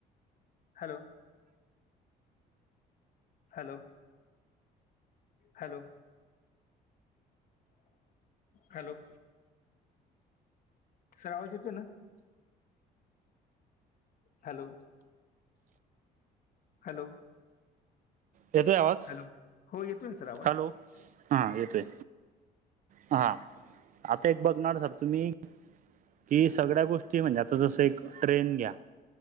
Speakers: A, on the left; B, on the right.
A: hello... hello... hello... hello... sir, आवाज येतोय ना? हॅलो... हॅलो...
B: येतोय आवाज
A: हॅलो हो येतोय ना सर आवाज
B: हॅलो... हा येतोय. हा आता, एक बघणार सर, तुम्ही कि, सगळ्या गोष्टी म्हणजे? आता जसं एक ट्रेन घ्या.